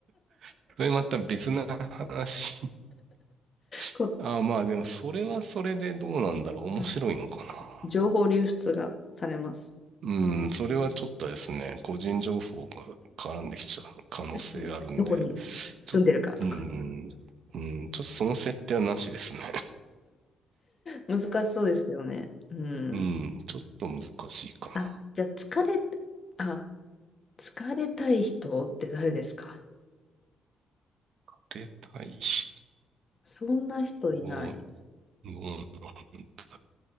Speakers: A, on the right; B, on the left.
A: <laughs> それまた別な話。<laughs>
B: こう
A: あ、まあでも、それはそれでどうなんだろう。
B: <laughs>
A: 面白いのかな。
B: うん情報流出がされます。
A: うん、それはちょっとですね、個人情報が絡んできちゃう可能性あるんで、
B: うんどこに
A: ちょっと、
B: 住んでるかとか。
A: うん、うん、ちょっとその設定はなしですね。<laughs>
B: 難しそうですよね。うん。
A: うん、ちょっと難しいかな。
B: あ、じゃあ疲れ、あ、疲れたい人って誰ですか
A: 出たい人
B: そんな人いない。
A: をどうなんだろう。